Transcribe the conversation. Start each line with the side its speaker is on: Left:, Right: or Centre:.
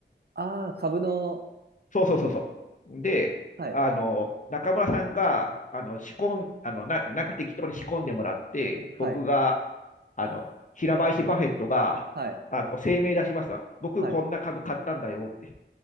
Right: ああ、株の、
Left: そうそうそうそう。で、
Right: はい。
Left: あの、中村さんが、あの、仕込ん、あの、な、なんか適当に仕込んでもらって、僕が、
Right: はい。
Left: あの、平林バフェットが、
Right: はい。
Left: あの、声明出しますわ。僕、
Right: はい。
Left: こんな株買ったんだよって。